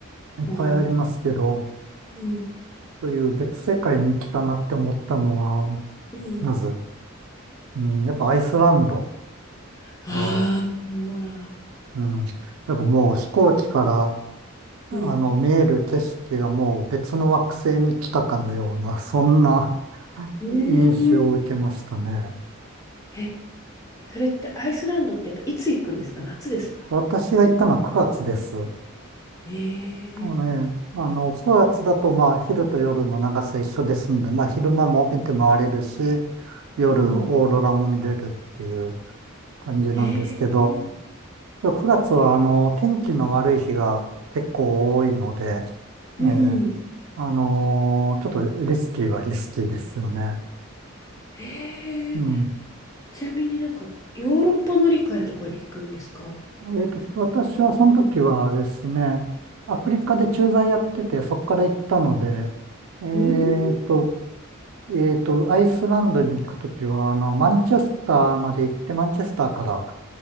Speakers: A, on the right; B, on the left.
A: いっぱいありますけど、
B: おーうん、
A: という別世界に来たなって思ったのは、
B: うん。
A: まず、うん、やっぱアイスランド
B: ああう
A: は、うん、やっぱもう飛行機から、あの、
B: ん。
A: 見える景色がもう別の惑星に来たかのような、そんな
B: うん
A: 印象を受けましたね。
B: え、それってアイスランドってやっぱいつ行くんですか夏ですか
A: 私が行ったのは9月です。あ
B: ええ
A: のね、あの、9月だとまあ昼と夜の長さ一緒ですんで、まあ昼間も見て回れるし、夜オーロラも見れるっていう
B: うん、
A: 感じなんですけど、
B: ええ
A: 9月は、あの、天気の悪い日が結構多いので、
B: うん。
A: ええ、あのーちょっとリスキーはリスキーですよね。
B: ええ
A: うん。
B: ちなみになんか、ヨーロッパ乗り換えとかで行くんですか
A: えっと、私はその時はですね、アフリカで駐在やってて、そこから行ったので、え
B: うん
A: っと、えっと、アイスランドに行く時は、あの、マンチェスターまで行って、マンチェスターから